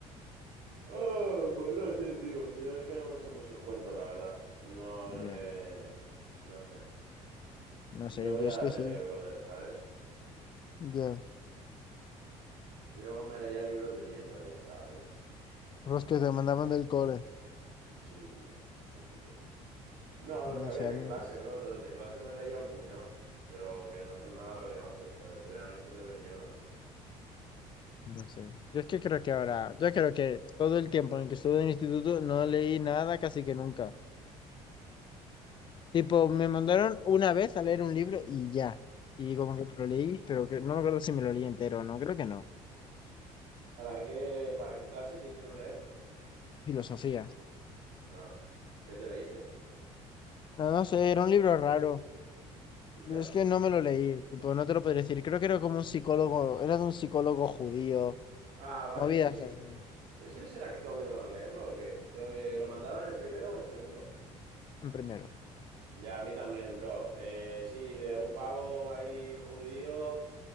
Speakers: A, on the right; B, on the left.
A: Oh, pues no sé, tío. Yo es que no me sé muchos cuentos, la verdad. No le.
B: Ya.
A: No sé.
B: No sé,
A: Yo veía
B: yo es
A: la
B: que
A: tele,
B: sí.
A: brother, ¿sabes?
B: Ya.
A: Y luego me leía libros de mierda y ya está, bro.
B: Los que te mandaban del cole.
A: Sí, tío, épico. No, los que
B: No
A: habían
B: sé, a
A: en
B: mí.
A: clase, bro, de los de clase me leía un puñado, pero que no son nada relevantes, bro, eran historias de mierda.
B: No sé. Yo es que creo que ahora, yo creo que todo el tiempo en que estuve en el instituto no leí nada casi que nunca. Tipo, me mandaron una vez a leer un libro y ya. Y como que me lo leí, pero que, no me acuerdo si me lo leí entero, no, creo que no.
A: ¿Para qué, para qué clase te hicieron leer?
B: Filosofía.
A: Ah, ¿qué te leíste?
B: No, no sé, era un libro raro.
A: Ya.
B: Es que no me lo leí, tipo, no te lo podría decir. Creo que era como un psicólogo, era de un psicólogo judío.
A: Ah, vale,
B: Movidas
A: sí.
B: así,
A: ¿Ese será que te obligaron a leerlo o qué? ¿Te eh, lo mandaron en primero o en segundo?
B: en primero.
A: Ya, a mí también, bro. Eh, sí, de un pavo ahí judío